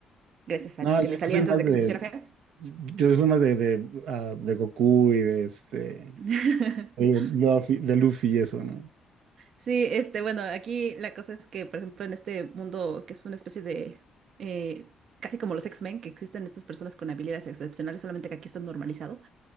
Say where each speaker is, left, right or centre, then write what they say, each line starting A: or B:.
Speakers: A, on the right; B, on the right.
A: Gracias a
B: No,
A: Dios que
B: yo,
A: me salí
B: yo soy
A: antes
B: más
A: de
B: de,
A: que se pusiera fea.
B: yo soy más de, de, ah, de Goku y de este.
A: <laughs>
B: Digo, Luffy- de Luffy y eso, ¿no?
A: Sí, este, bueno, aquí la cosa es que, por ejemplo, en este mundo que es una especie de, eh, casi como los X-Men, que existen estas personas con habilidades excepcionales, solamente que aquí está normalizado.